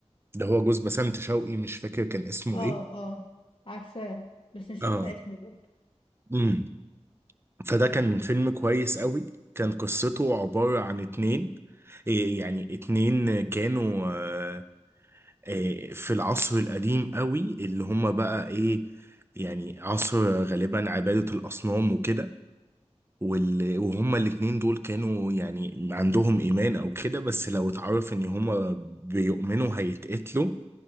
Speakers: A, on the right; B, on the left.
A: ده هو جوز بسنت شوقي مش فاكر كان اسمه
B: اه
A: ايه
B: اه عارفاه بس مش
A: اه
B: فاكرة اسمه برضه
A: امم فده كان فيلم كويس قوي كان قصته عبارة عن اتنين إيه يعني اتنين كانوا آه، آه، في العصر القديم قوي اللي هما بقى ايه يعني عصر غالبا عبادة الأصنام وكده وال- وهما الاتنين دول كانوا يعني عندهم إيمان أو كده بس لو اتعرف إن هما بيؤمنوا هيتقتلوا